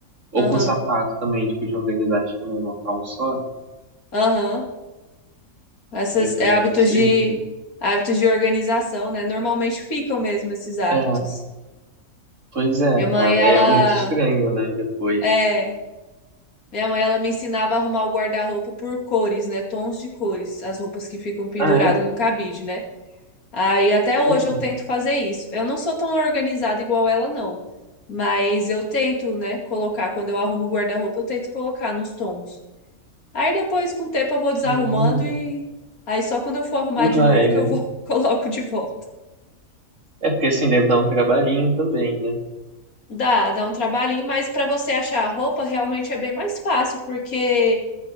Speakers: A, on the right; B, on the left.
A: Ou
B: Aham,
A: com sapato também, tipo, de organizar tipo, num local só.
B: aham. Essas
A: Eu também
B: é, hábitos
A: faço
B: de
A: isso.
B: hábitos de organização, né? Normalmente ficam mesmo esses hábitos.
A: É, pois é,
B: Minha mãe,
A: cara.
B: ela
A: É muito estranho, né, depois.
B: é, minha mãe ela me ensinava a arrumar o guarda-roupa por cores, né? Tons de cores, as roupas que ficam penduradas
A: Ah, é?
B: no cabide, né? Aí até hoje
A: Uhum.
B: eu tento fazer isso. Eu não sou tão organizada igual ela, não. Mas eu tento, né, colocar quando eu arrumo o guarda-roupa, eu tento colocar nos tons. Aí depois com o tempo eu vou desarrumando
A: Hum,
B: e aí só quando eu for arrumar de
A: vai,
B: novo que
A: né?
B: eu vou <laughs> coloco de volta.
A: É porque assim deve dar um trabalhinho também, né?
B: Dá, dá um trabalhinho, mas para você achar a roupa realmente é bem mais fácil, porque